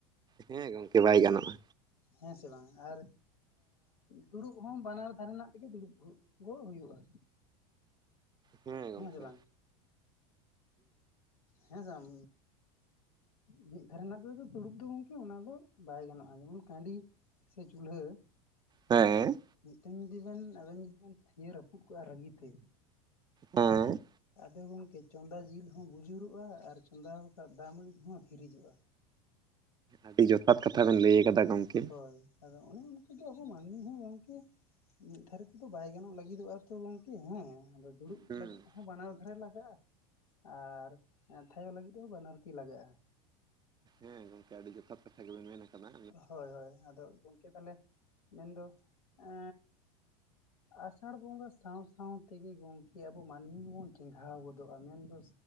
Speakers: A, on the right (about 25°); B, on the left (about 85°).
A: ᱦᱮᱸ ᱜᱚᱝᱠᱮ ᱵᱟᱭ ᱜᱟᱱᱚᱜᱼᱟ᱾
B: ᱦᱮᱸ ᱥᱮ ᱵᱟᱝ ᱟᱨ ᱫᱩᱲᱩᱵ ᱦᱚᱸ ᱵᱟᱱᱟᱨ ᱫᱷᱟᱨᱮᱱᱟᱜ ᱛᱮᱜᱮ ᱫᱩᱲᱩᱵ ᱜᱚ ᱦᱩᱭᱩᱜᱼᱟ
A: ᱦᱮᱸ ᱜᱚᱢᱠᱮ
B: ᱥᱮ ᱵᱟᱝ ᱦᱮᱸ ᱥᱮᱢ ᱢᱤᱜ ᱫᱷᱟᱨᱮ ᱨᱮᱱᱟᱜ ᱛᱮᱫᱚ ᱛᱩᱲᱩᱵ ᱫᱚ ᱜᱚᱝᱠᱮ ᱚᱱᱟᱫᱚ ᱵᱟᱭ ᱜᱟᱱᱚᱜᱼᱟ᱾ ᱡᱮᱢᱚᱱ ᱠᱟᱺᱰᱤ ᱥᱮ ᱪᱩᱞᱦᱟᱹ
A: ᱦᱮᱸ
B: ᱢᱤᱫᱴᱮᱱ ᱡᱩᱫᱤ ᱵᱮᱱ ᱟᱵᱮᱱ ᱡᱩᱫᱤ ᱵᱮᱱ ᱛᱷᱤᱭᱟᱹ ᱨᱟᱹᱯᱩᱫ ᱠᱚᱜᱼᱟ ᱨᱟᱹᱜᱤᱛᱮ
A: ᱦᱮᱸ
B: ᱟᱫᱚ ᱜᱚᱝᱠᱮ ᱪᱚᱸᱫᱟ ᱡᱤᱞ ᱦᱚᱸ ᱵᱩᱡᱩᱨᱩᱜᱼᱟ ᱟᱨ ᱪᱚᱸᱫᱟ ᱟᱠᱟᱫ ᱫᱟᱢ ᱦᱚᱸ ᱦᱤᱨᱤᱡᱚᱜᱼᱟ
A: ᱟᱹᱰᱤ ᱡᱚᱛᱷᱟᱛ ᱠᱟᱛᱷᱟ ᱵᱮᱱ ᱞᱟᱹᱭ ᱠᱟᱫᱟ ᱜᱚᱝᱠᱮ
B: ᱦᱳᱭ ᱟᱫᱚ ᱚᱱᱮ ᱚᱱᱠᱟᱜᱮ ᱟᱵᱚ ᱢᱟᱹᱱᱢᱤ ᱦᱚᱸ ᱜᱚᱝᱠᱮ ᱢᱤᱫ ᱫᱷᱟᱨᱮ ᱛᱮᱫᱚ ᱵᱟᱭ ᱜᱟᱱᱚᱜ ᱞᱟᱹᱜᱤᱫᱚᱜᱼᱟ ᱛᱚ ᱜᱚᱝᱠᱮ ᱦᱮᱸ ᱟᱫᱚ ᱫᱩᱲᱩᱵ
A: ᱦᱩᱸ
B: ᱞᱟᱹᱜᱤᱫ ᱦᱚᱸ ᱵᱟᱱᱟᱣ ᱫᱲᱮ ᱞᱟᱜᱟᱜᱼᱟ ᱟᱨ ᱴᱷᱟᱭᱚ ᱞᱟᱹᱜᱤᱫ ᱦᱚᱸ ᱵᱟᱱᱟᱨᱛᱤ ᱞᱟᱜᱟᱜᱼᱟ᱾
A: ᱦᱮᱸ ᱜᱚᱝᱠᱮ ᱟᱹᱰᱤ ᱡᱚᱛᱷᱟᱛ ᱦᱟᱡᱩᱜ ᱵᱮᱱ ᱢᱮᱱ ᱟᱠᱟᱫᱟ᱾
B: ᱦᱳᱭ ᱦᱳᱭ ᱟᱫᱚ ᱜᱚᱝᱠᱮ ᱛᱟᱦᱞᱮ ᱢᱮᱱᱫᱚ ᱮ ᱟᱥᱟᱲ ᱵᱚᱸᱜᱟ ᱥᱟᱶ ᱥᱟᱶ ᱛᱮᱜᱮ ᱜᱚᱢᱠᱮ ᱟᱵᱚ ᱢᱟᱹᱱᱢᱤ ᱵᱚᱱ ᱪᱮᱸᱜᱷᱟᱣ ᱜᱚᱫᱚᱜᱼᱟ ᱢᱮᱱᱫᱚ